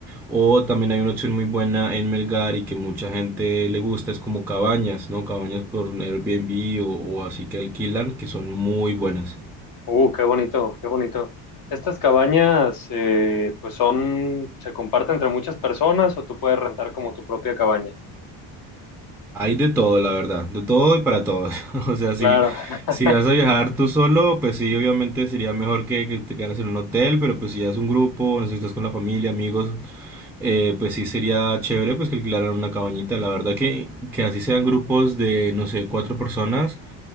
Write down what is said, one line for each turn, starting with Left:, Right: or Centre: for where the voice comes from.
Centre: o también hay una opción muy buena en Melgar y que mucha gente le gusta, es como cabañas, ¿no? Cabañas por Airbnb o, o así que alquilan, que son muy buenas.
Left: Uh, qué bonito, qué bonito. Estas cabañas, eh, pues, son, se comparten entre muchas personas o tú puedes rentar como tu propia cabaña.
Centre: Hay de todo, la verdad, de todo y para todos. <laughs> O sea, si,
Left: Claro, <laughs>
Centre: si vas a viajar tú solo, pues sí, obviamente sería mejor que, que te quedaras en un hotel, pero pues si ya es un grupo, no sé si estás con la familia, amigos, eh, pues sí sería chévere pues que alquilaran una cabañita. La verdad que, que así sean grupos de, no sé, cuatro personas.